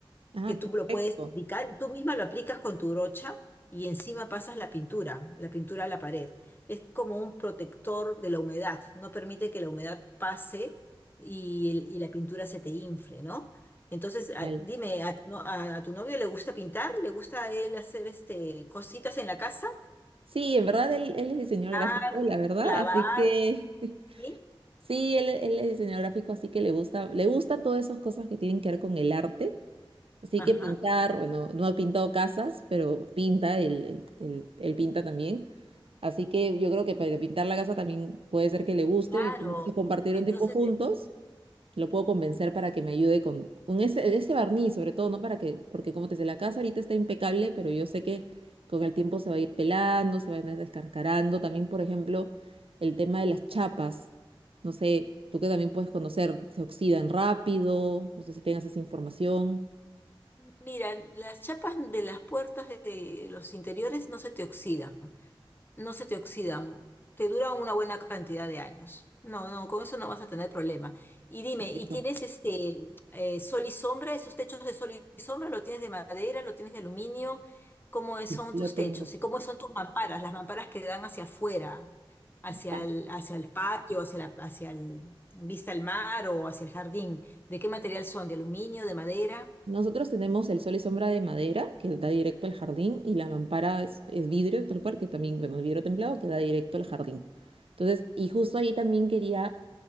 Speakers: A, on the right; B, on the left.
A: Ah,
B: que tú
A: perfecto.
B: lo puedes aplicar, tú misma lo aplicas con tu brocha y encima pasas la pintura, la pintura a la pared. Es como un protector de la humedad, no permite que la humedad pase y, el- y la pintura se te infle, ¿no? Entonces, a-
A: Genial.
B: dime, ¿a tu, no- a- a tu novio le gusta pintar? ¿Le gusta a él hacer este, cositas en la casa?
A: Sí, en verdad él, él es diseñador
B: Pintar,
A: gráfico, la verdad,
B: clavar,
A: así que
B: ¿sí?
A: Sí, él, él es diseñador gráfico, así que le gusta, le gusta todas esas cosas que tienen que ver con el arte. Así
B: Ajá,
A: que pintar, bueno, no ha pintado casas, pero pinta, él, él- él- él pinta también. Así que yo creo que para pintar la casa también puede ser que le guste
B: claro.
A: y como dices, compartir
B: Entonces,
A: un tiempo juntos. Lo puedo convencer para que me ayude con, con ese, ese barniz, sobre todo, ¿no? Para que, porque como te decía, la casa ahorita está impecable, pero yo sé que con el tiempo se va a ir pelando, se va a ir descascarando. También, por ejemplo, el tema de las chapas. No sé, tú que también puedes conocer, se oxidan rápido. No sé si tengas esa información.
B: mira, las chapas de las puertas de de los interiores no se te oxidan. no se te oxidan, te duran una buena cantidad de años. No, no, con eso no vas a tener problema. Y dime,
A: Perfecto.
B: ¿y tienes este eh, sol y sombra? ¿Esos techos de sol y sombra lo tienes de madera, lo tienes de aluminio? ¿Cómo es-
A: Sí,
B: son
A: Lo
B: tus
A: tengo.
B: techos? ¿Y cómo son tus mamparas? Las mamparas que dan hacia afuera, hacia
A: Ya.
B: el, hacia el patio, hacia la, hacia el vista al mar o hacia el jardín. ¿De qué material son? ¿De aluminio, de madera?
A: Nosotros tenemos el sol y sombra de madera que da directo al jardín y la mampara es, es vidrio, tal cual, que también, bueno, el vidrio templado que da directo al jardín. Entonces, y justo ahí también quería